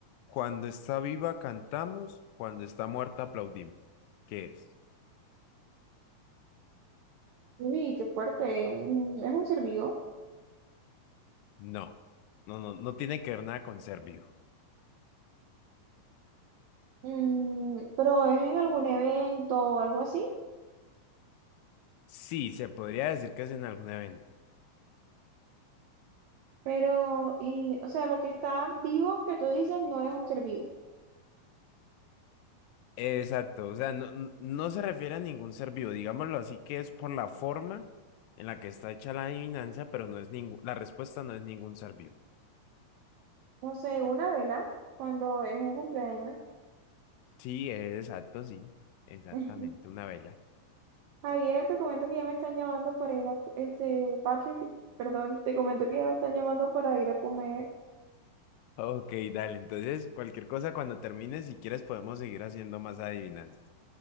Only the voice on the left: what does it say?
cuando está viva cantamos, cuando está muerta aplaudimos. ¿Qué es?
No, no, no, no tiene que ver nada con ser vivo.
Sí, se podría decir que es en algún evento.
Exacto, o sea, no, n- no se refiere a ningún ser vivo, digámoslo así, que es por la forma en la que está hecha la adivinanza, pero no es ningún, la respuesta no es ningún ser vivo.
Sí, exacto, sí, exactamente,
una vela.
Ok, dale, entonces cualquier cosa cuando termines si quieres podemos seguir haciendo más adivinanzas.